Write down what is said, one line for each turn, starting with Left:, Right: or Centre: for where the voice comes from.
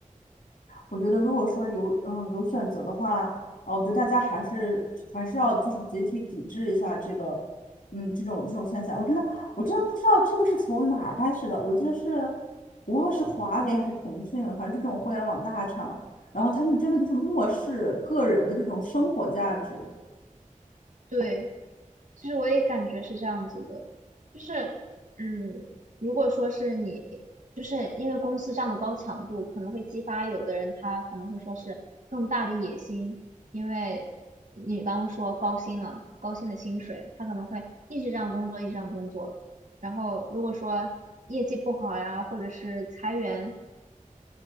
Left: 我觉得如果说有嗯有选择的话，啊，我觉得大家还是还是要就是集体抵制一下这个，嗯，这种这种现象。我真的我真的不知道这个是从哪儿开始的。我记得是，无论是华为还是腾讯了反正这种互联网大厂，然后他们真的就是漠视个人的这种生活价值。
Right: 对，其实我也感觉是这样子的，就是，嗯，如果说是你，就是因为公司这样的高强度，可能会激发有的人他可能会说是更大的野心，因为你刚刚说高薪了，高薪的薪水，他可能会一直这样工作，一直这样工作，然后如果说业绩不好呀，或者是裁员，